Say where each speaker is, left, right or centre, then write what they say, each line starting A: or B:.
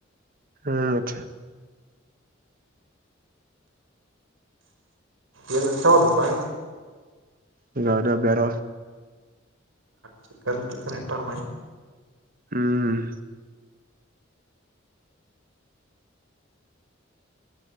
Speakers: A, on the right; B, on the right.
A: ಹ್ಮ್ ಮಚ್ಚಾ
B: ಏನ್ ತೊಗೊ ಹದಪ್ಪಾ
A: ಈಗ ಆಡದ್ ಬ್ಯಾರ
B: ಚಿಕನ ಬೆಕನ್ ಇಟ್ಟದ
A: ಹ್ಮ್